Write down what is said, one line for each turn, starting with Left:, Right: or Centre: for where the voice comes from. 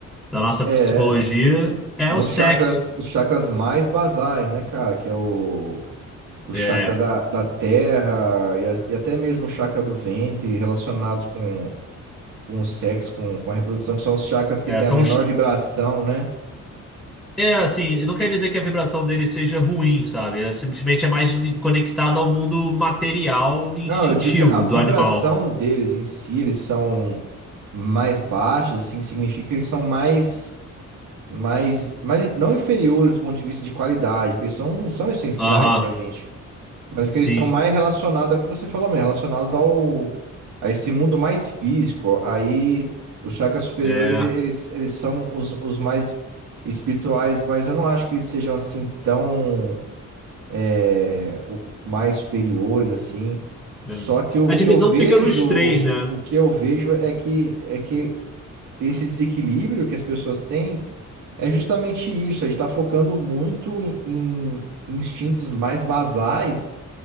Centre: da nossa
Right: é,
Centre: psicologia,
Right: são
Centre: é o
Right: os
Centre: sexo.
Right: chakras, os chakras mais basais, né, cara? Que é o, o
Centre: É,
Right: chakra da, da terra e, a- e até mesmo o chakra do ventre relacionados com, com o sexo, com, com a reprodução, que são os chakras que
Centre: é,
Right: têm
Centre: são
Right: a menor
Centre: os
Right: vibração, né?
Centre: É assim, não quer dizer que a vibração dele seja ruim, sabe? É, simplesmente é mais de- conectado ao mundo material e
Right: Não,
Centre: instintivo
Right: eu digo que a vibração
Centre: do animal.
Right: deles em si, eles são mais baixos, assim, significa que eles são mais, mais, mais não inferiores do ponto de vista de qualidade, porque eles são, são essenciais
Centre: Aham,
Right: pra gente. Mas
Centre: sim.
Right: que eles são mais relacionados ao que você falou mesmo, relacionados ao, a esse mundo mais físico. Aí os chakras superiores,
Centre: É,
Right: eles, eles são os, os mais espirituais, mas eu não acho que eles sejam assim tão é, o- mais superiores, assim.
Centre: é.
Right: Só que o,
Centre: A
Right: o
Centre: divisão
Right: que eu vejo,
Centre: fica nos
Right: o
Centre: três, né?
Right: que eu vejo é que é que esse desequilíbrio que as pessoas têm é justamente isso. A gente está focando muito em, em instintos mais basais